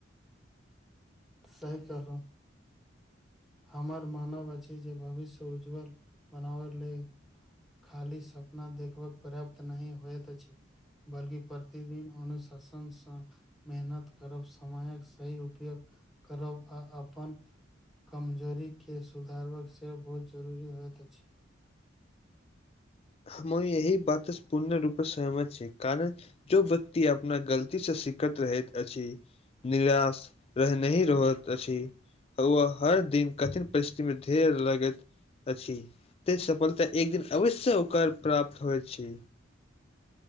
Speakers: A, in the centre; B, on the left.
A: सहि कहलु हमर मानव अछि जे भविष्य उज्ज्वल बनाबै लेल खाली सपना देखबक पर्याप्त नहि होयइत अछि बल्कि प्रतिदिन अनुशसनसँ मेहनत करब समयक सही उपयोग करब आ अपन कमजोरी के सुधारबक सेहो बहुत जरूरी होइत अछि
B: हम यही बात पूर्ण रूपे सहमत छीय कारण जो व्यक्ति अपना गलती सँ सिखैत रहैत अछि निराश रहनई रहैत अछि ओ हर दिन कठिन परिस्थितिमे धेर लगैत अछि त सफलता एक दिन अवश्य ओकर प्राप्त होइत छै